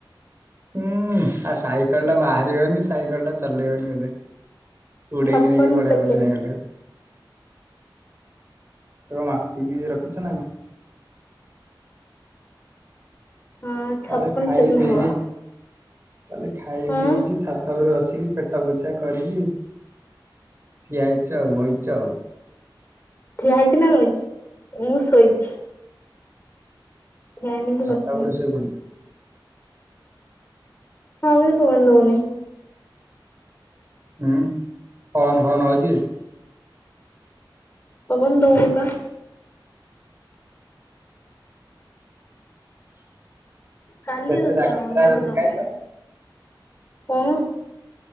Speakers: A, on the right (about 30°); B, on the left (about 25°).
A: ହୁଁ ଆଉ ସାଇକଲ ଟା ବାହାରିିବବନି ସାଇକଲ ଟା ଚଲେଇ ବନି ବୋଧେ। ଉଡେଇକି
B: ଛପନ
A: ନେଇ ପଲଇବୋଧେ
B: ସେକେଣ୍ଡ।
A: ସାଇକଲଟା ତ ମାପିକି ରଖିଚ ନା?
B: ହଁ ଛପନ
A: ତାହେଲେ ଖାଇ
B: ସେକେଣ୍ଡ
A: ପିଇକି,
B: ହବ
A: ତାହେଲେ ଖାଇ
B: ହଁ
A: ପିଇକି ଛାତ ଉପରେ ଆସିକି ପେଟ ପୂଜା କରିକି ଠିଆଇଛ ଆଉ ବହିଛ ଆଉ।
B: ଠିଆ ହେଇଚି ନା ବଇଚି ମୁଁ ଶୋଇଚି। ହେଇନି
A: ଛା
B: କି
A: ଛାତ
B: ବସିନି
A: ଉପରେ ଶୋଇ ପଡ଼ିଚୀ।
B: ହଁ ଗୋଟେ ଫୋନ୍ ଦଉନି।
A: ଉୁଁ ଫୋନ୍ ଫୋନ୍ ହଉଚି।
B: ପବନ ଦଉନିପା। କାଲି
A: କେତେଟା
B: ହୋଉଥିଲା
A: କେତେଟା
B: ପବନ୍ ଆଜି
A: ରୁଟି
B: ଦଉନି।
A: ଖାଇଛ
B: କଣ